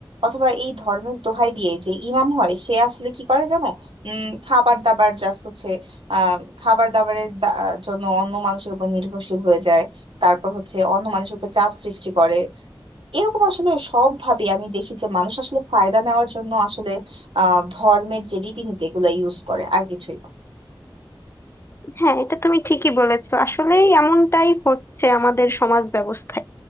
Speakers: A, on the right; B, on the left.
A: অথবা এই ধর্মের দোহাই দিয়ে যে ইমাম হয় সে আসলে কি করে জানো উম খাবার দাবার জাস্ট হচ্ছে আহ খাবার দাবারের দা- জন্য অন্য মানুষের উপর নির্ভরশীল হয়ে যায় তারপর হচ্ছে অন্য মানুষের উপর চাপ সৃষ্টি করে এরকম আসলে সব ভাবে আমি দেখি যে মানুষ আসলে ফায়দা নেওয়ার জন্য আসলে আহ ধর্মের যে রীতিনীতি এগুলা ইউজ করে আর কিছুই না।
B: হ্যাঁ এটা তুমি ঠিকই বলেছো আসলে এমনটাই হচ্ছে আমাদের সমাজ ব্যবস্থায়